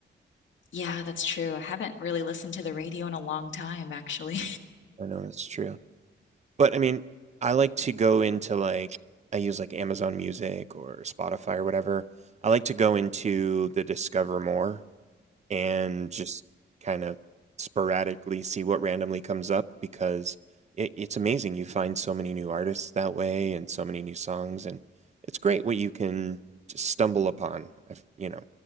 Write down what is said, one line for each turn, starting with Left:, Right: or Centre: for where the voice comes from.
Left: Yeah, that's true. I haven't really listened to the radio in a long time, actually.
Right: I know that's true. But I mean, I like to go into like I use like Amazon Music or Spotify or whatever. I like to go into the Discover More and just kind of sporadically see what randomly comes up because it, it's amazing. You find so many new artists that way and so many new songs, and it's great what you can just stumble upon. I've, you know,